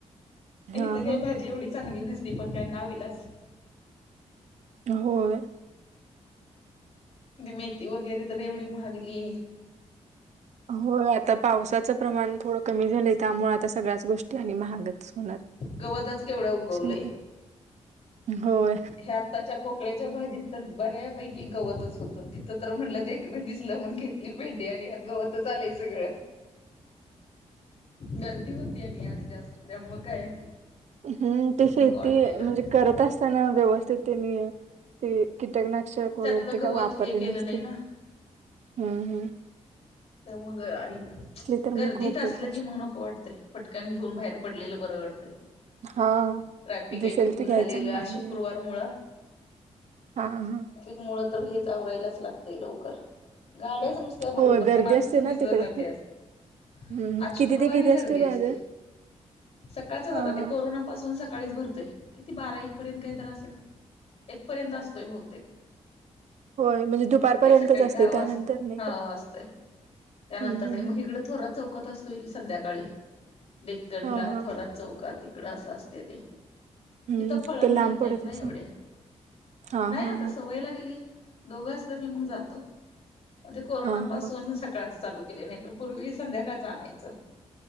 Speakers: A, on the left; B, on the right.
A: हिथं
B: हा
A: काही
B: हा
A: भाजी एवढी चांगली नस ती पण काय नाविलाज.
B: होय.
A: दि मेथी वगैरे तर एवढी महागलीये
B: होय आता पावसाचं प्रमाण थोडं कमी झालंय त्यामुळे आता सगळ्याच गो ष्टी आणि महागच होणार
A: गवतच केवढं उगवलंय
B: शेता होय.
A: ह्या आताच्या पोकळ्याच्या भाजीत तर बऱ्यापैकी गवतच होतं. तिथं तर म्हणलं देखणं दिसलं म्हणून घेतली पेंडी आणि ह्यात गव तचं आलय सगळं. गर्दी होती आणि आज जास्त त्यामुळ काय
B: हम्म ते शेती
A: नको वाटतंय गर्दीत
B: म्हणजे करत असताना व्यवस्थित त्यांनी ते कीटकना शक वगैरे
A: त्यातलं
B: ते
A: गवत
B: का वापरले
A: हे केलं
B: नसते,
A: नाही ना
B: हुं हुं.
A: त्यामुळं ग आणि
B: तर मग
A: गर्दीत
B: होते
A: आसलं
B: तस
A: की मग नको वाटतय. पटकन घेऊन बाहेर पडलेलं बरं वाटतंय.
B: हा
A: ट्रॅफिक
B: दिसेल
A: एक फुल
B: ते घ्यायचं
A: झालेलं
B: आणि
A: आज
B: बाहेर
A: शुक्रवारमूळ.
B: यायचं. हा, हा.
A: मुळ तर हेच आवरायलाच लागतय लवकर, गाड्याच नुसत्या भरपूर
B: होय गर्दी
A: पूर माणसच
B: असते ना
A: दिसना
B: तिकडं खूप
A: त्यात
B: हम्म
A: आज शुक्रवारी
B: किती ते किती
A: ही गर्दी असते.
B: बाजार
A: सकाळचच आता
B: हा
A: ते
B: हा
A: कोरोनापासून सक सकाळीच भरतोय किती बारा, एक पर्यंत काही तर असल, एक पर्यंत असतोय बहुतेक.
B: होय म्हणजे दुपारपर्यंतच
A: हम्म काय सकाळी
B: असते
A: दहा वाजता,
B: त्यानंतर नाही
A: हा
B: काय
A: वाजतय. त्यानंतर
B: हम्म
A: नाही,
B: हम्म
A: मग
B: हम्म.
A: हिकड थोरात चौकात असतोय की संध्याकाळी डेक्कनला,
B: हा हा
A: थोरात चौकात. तिकड अस असते ते.
B: हम्म
A: इथं फळ
B: ते
A: मिळत
B: लांब
A: नाहीत
B: पडत
A: ना
B: असं
A: एवढे
B: हा
A: नाही
B: हा
A: आता
B: हा
A: सवय लागली. दोघं असलं की मग जातो, म ते कोरोनापासून
B: हा हा
A: न सकाळचं चालू केलय, नाही तर पूर्वी संध्याकाळचं आणायचं.